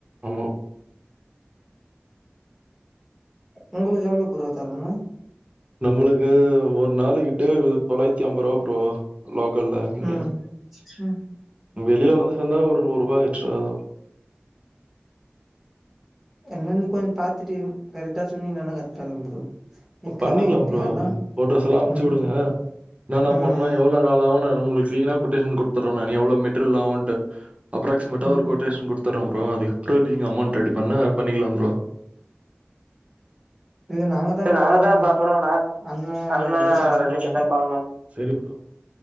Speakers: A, on the right; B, in the centre.
A: ஆமா
B: உங்ளுக்கு எவ்ளோ ப்ரோ தரணு
A: நம்ளுக்கு ஒரு நாள் கிட்ட தொளாயிரத்தம்பரூவா ப்ரோ லோக்கல்ல இங்க
B: ம் ம்
A: வெளில வந்து சேந்தா ஒரு நூரூபா எக்ஸ்ட்ரா தா
B: என்னன் கொஞ்சோ பாத்தட்டு எங் கரெக்டா சொன்னீங்னா கரெக்டா இருக்கு ப்ரோ வீட்ல
A: பண்ணிக்கலா
B: வாங்கிட்டு
A: ப்ரோ
B: அதா
A: ஃபோட்டோஸ் எல்லா அம்ச்சு
B: ம்
A: வுடுங்க இன்னனா
B: ம் ம்
A: பண்ணு எவ்ளோ நாளாவுன் நா உங்ளுக்கு கிளீயரா கொட்டேஷன் குடுத்துட்றே நா எவ்ளோ மெட்டீரியல் ஆவுன் ட்டு அப்ராக்சிமட்டா
B: ம்
A: ஒரு கொட்டேஷன் குடுத் தரோ ப்ரோ அதுக்கப்பற நீங்க அமௌண்ட் ரெடி பண்ணா பண்ணிக்கலா ப்ரோ
B: இல்ல நாங்க தா
A: இல்ல நாங்
B: பாக்குறோ
A: தா
B: நான் அண்ணா
A: <unintelligible>
B: ரெண்டு பேர் தா பாக்கணு
A: சரி ப்ரோ